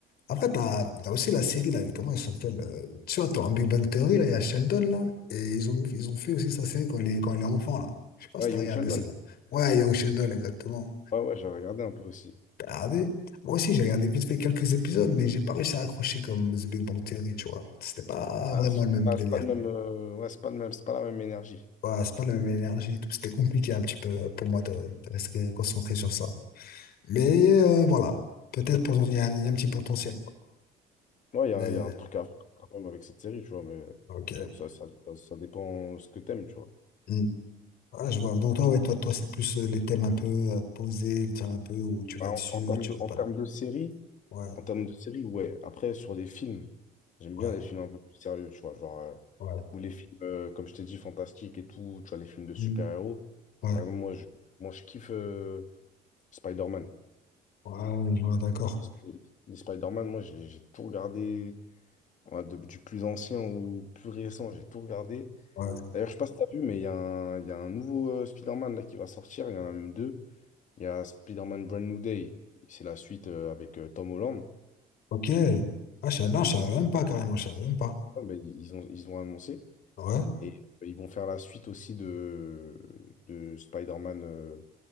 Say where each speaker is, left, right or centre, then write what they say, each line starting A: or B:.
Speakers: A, on the left; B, on the left.
A: Après, t'as, t'as aussi la série, là, comment elle s'appelle? euh, Tu vois, dans Big Bang Theory, là, il y a Sheldon, là, et ils ont, ils ont fait aussi sa série quand il est, quand il est enfant, là. Je sais pas
B: Ouais,
A: si t'as
B: Young
A: regardé
B: Sheldon.
A: ça, là. Ouais, Young Sheldon, exactement.
B: Ouais, ouais, j'ai regardé un peu aussi.
A: T'as regardé? Moi aussi, j'ai regardé vite fait quelques épisodes, mais j'ai pas réussi à accrocher comme The Big Bang Theory, tu vois. C'était pas
B: Ah,
A: vraiment
B: c'est
A: le même
B: ah,
A: délire.
B: c'est pas le même, euh, ouais, c'est pas le même, c'est pas la même énergie.
A: Ouais, c'est pas la même énergie et tout. C'était compliqué un petit peu pour moi de, de rester concentré sur ça. Mais euh, voilà, peut-être poten- il y a un, il y a un petit potentiel, quoi.
B: Ouais, il y
A: Mais,
B: a, y a un truc à faire quand même avec cette série, tu vois, mais
A: ok.
B: ça, ça, ça, ça dépend ce que t'aimes, tu vois.
A: Hmm. Ouais, je vois. Donc toi, ouais, toi, toi, c'est plus euh, les thèmes un peu euh, posés, les thèmes un peu où tu vas
B: Bah,
A: être
B: en,
A: sûr,
B: en termes
A: tu
B: de,
A: veux
B: en
A: pas.
B: termes de série,
A: Ouais,
B: en termes de série, ouais. Après, sur les films, j'aime
A: ouais,
B: bien les films un peu plus sérieux, tu vois, genre, euh,
A: ouais.
B: ou les films, euh, comme je t'ai dit, fantastiques et tout, tu vois, les films de
A: Hmm.
B: super-héros.
A: Ouais,
B: Par exemple, moi, je, moi, je kiffe euh, Spider-Man.
A: ouais, je vois, d'accord.
B: Les, Sp- les Spider-Man, moi, j'ai j'ai tout regardé, Ouais, de- du plus ancien au plus récent, j'ai tout regardé.
A: Ouais.
B: D'ailleurs, je sais pas si t'as vu, mais il y a un, il y a un nouveau euh, Spider-Man là, qui va sortir. Il y en a même deux. Il y a Spider-Man Brand New Day. C'est la suite euh, avec euh, Tom Holland.
A: Ok. Ah, je savais- non,
B: Euh,
A: je
B: ils
A: savais
B: ont
A: même
B: fait-
A: pas carrément, je savais même pas.
B: ouais, ben, ils ont, ils ont annoncé.
A: Ouais.
B: Et euh, ils vont faire la suite aussi de, de Spider-Man euh,